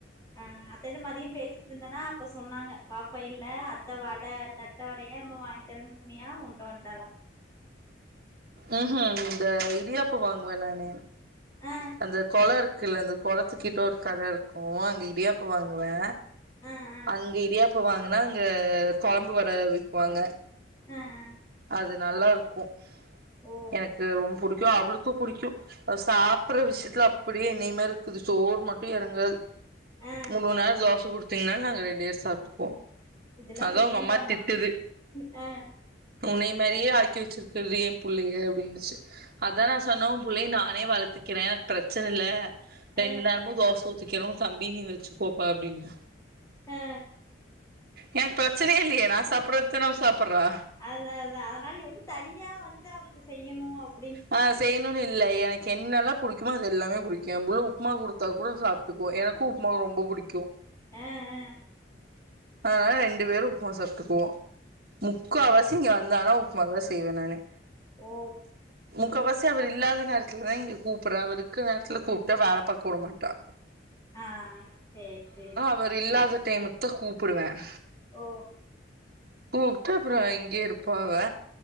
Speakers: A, on the left; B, on the right.
A: அ அத்தட்ட மதியம் பேசிட்டு இருந்தனா அப்ப சொன்னாங்க பாப்பா இல்ல அத்த வட தட்டவடய என்மோ வாங்கித்தரனு சொன்னியா உண்ட்டா வண்ட்டாளா
B: ம் ஹும் இந்த இடியாப்போ வாங்குவேன் நானே
A: ஆ
B: அந்த கொளம் இருக்குல்ல அந்த கொளத்துக்கிட்ட ஒரு கட இருக்கும் அங்க இடியாப்போ வாங்குவே
A: ஆ ஆ
B: அங்க இடியாப்போ வாங்குன்னா இங்க கொழம்பு வட விக்குவாங்க
A: ஆ ஆ
B: அது நல்லாருக்கும்
A: ஓ
B: எனக்கு ரொம்ப புடிக் கு அவளுக்கு புடிக்கும் சா ப்புற விஷயத்துல அப்டியே என்னைய மாரி இருக்குது சோறு மட்டும் எறங்காது
A: ஆ
B: மூணு நேரம் தோச கொடுத் திங்கன்னாலும் நாங்க ரெண்டு பேர் சாப்ட்டுப்போம்
A: இதெல்லா
B: அதான்
A: வேண்டாமா
B: உங்க அம்மா திட்டுது
A: ஆ
B: உன்னைய மாரியே ஆக்கி வச்சிருக்குற என் புள்ளைய அப்டினுச்சு அதான் நா சொன்னவும் புள்ளைய நானே வளத்து க்கன பிரச்சன இல்ல ரெண்டு
A: ஆ
B: நேரமும் தோச ஊத்திக்கனும் தம்பி நீ வச்சு கோப்பா அப்டின்னு
A: ஆ
B: எனக்கு பிரச்சனயே இல்லயே நா சாப்ட்றது தானே அவ சாப்ட்றா
A: அ அத அதனால நீ வந்து தனியா வந்து அவளுக்கு செய்யணு அப்
B: ஆ செய்ணுன்னு இல்ல எனக்கு என்னெல்லா புடிக்குமோ அது எல்லாமே புடிக்கும் எம்பிள்ள உப்மா கொடுத்தா கூட சாப்ட்டுக்கும் எனக்கும் உப் மா ரொம்ப புடிக்கும்
A: ஆ ஆ
B: அதனால ரெண்டு பேரும் உப்மா சாப்ட்டுக்குவோம் முக்காவாசி
A: சேரி
B: இங்க வந்தானா உ ப்மா தா செய்வன் நானு
A: ஓ.
B: முக்காவாசி அவ இல்லாத நேரத்துலதா இங்க கூப்பிற அவரிக்குற நேரத்துல கூப்ட்டா வேல பாக்கவிடமாட்டா
A: ஆ செரி செரி
B: அவரில்லாத டைமுக்கு தா கூப்டுவேன்
A: ஓ
B: கூப்ட்டா அப்றம் இங்கே இருப்பா அவ